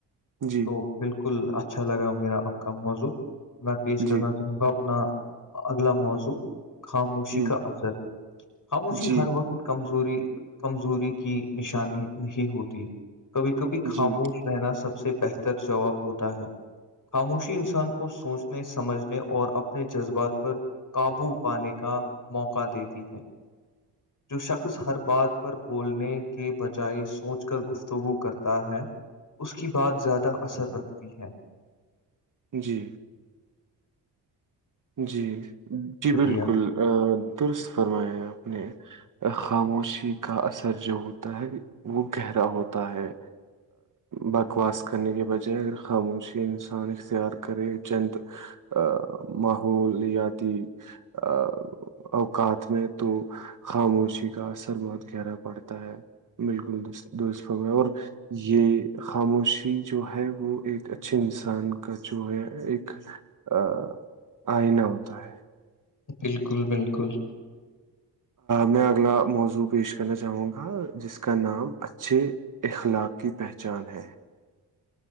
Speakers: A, on the right; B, on the left.
A: جی
B: تو بالکل اچھا لگا میرا آپ کا موضوع میں پیش کرنا
A: جی
B: چاہوں گا اپنا اگلا موضوع خاموشی
A: ہ
B: کا اثر خاموشی
A: جی
B: ہر وقت کمزوری کمزوری کی نشانی نہیں ہوتی کبھی کبھی خاموش
A: جی
B: لا سب سے بہتر جواب ہوتا ہے خاموشی انسان کو سوچنے سمجھنے اور اپنے جذبات پر قابو پانے کا موقع دیتی ہے جو شخص ہر بات پر بولنے کے بجائے سوچ کر گفتگو کرتا ہے اس کی بات زیادہ اثر رکھتی ہے
A: جی جی جی
B: شکریہ
A: بالکل درست فرمایا آپ نے خاموشی کا اثر جو ہوتا ہے وہ گہرا ہوتا ہے بکواس کرنے کے بجائے اگر خاموشی انسان اختیار کرے چند ا ماحولیاتی ا اوقات میں تو خاموشی کا اثر بہت گہرا پڑتا ہے بالکل درست فرمایا اور یہ خاموشی جو ہے وہ ایک اچھے انسان کا جو ہے ایک ا آئینہ ہوتا ہے
B: بالکل بالکل
A: میں اگلا موضوع پیش کرنا چاہوں گا جس کا نام اچھے اخلاق کی پہچان ہے